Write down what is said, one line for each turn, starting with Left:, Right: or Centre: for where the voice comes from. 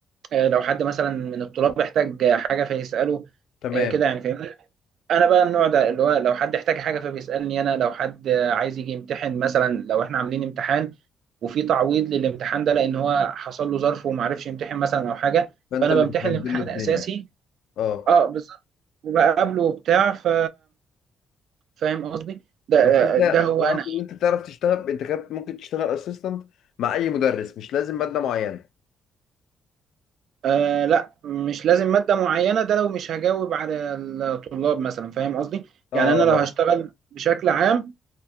Right: آه، لو حد مثلا من الطلاب احتاج حاجة فيسأله
Left: تمام
Right: آه، كده يعني فاهمني انا بقى النوع ده اللي هو لو حد احتاج حاجة فبيسألني انا لو حد عايز يجي يمتحن مثلا لو احنا عاملين امتحان وفي تعويض للامتحان ده لان هو حصل له ظرف وما عرفش يمتحن مثلا او حاجة
Left: فانت
Right: فانا
Left: اللي
Right: بمتحن
Left: بتهندل
Right: الامتحان
Left: له الدنيا
Right: الاساسي
Left: اه
Right: اه بالظبط وبقابله وبتاع ف فاهم قصدي ده
Left: بس انت أنا
Right: ده هو انا
Left: قصدي ان انت تعرف تشتغل انت كده ممكن تشتغل اسيستنت مع اي مدرس مش لازم ماده معينه
Right: آه لا مش لازم مادة معينة ده لو مش هجاوب على الطلاب مثلا فاهم قصدي
Left: اه
Right: يعني انا
Left: اه
Right: لو هشتغل بشكل عام